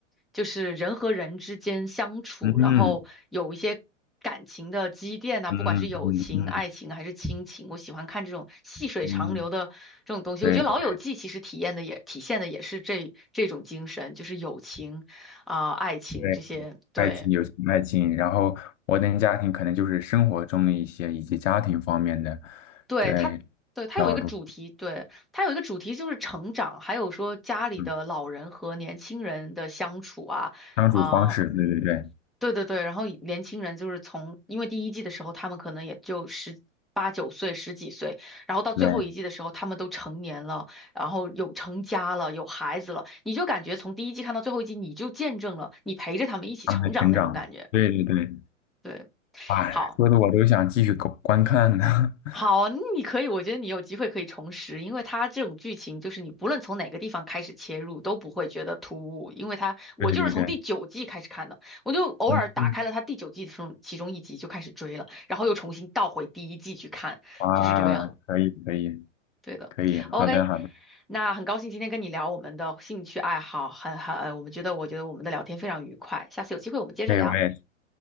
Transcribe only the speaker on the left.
嗯哼
嗯嗯嗯
嗯，对对，
对，
爱情、友情、爱情，然后摩登家庭可能就是生活中的一些以及家庭方面的，
对，
道路，
嗯，相处方式，
对对对
对，
他们的成长，对对对，
哎，
说的我都想继续观观看呢。<laughs>
对对对，
嗯，嗯
哇，
可以可以
可以，好的好的，
对，我也是，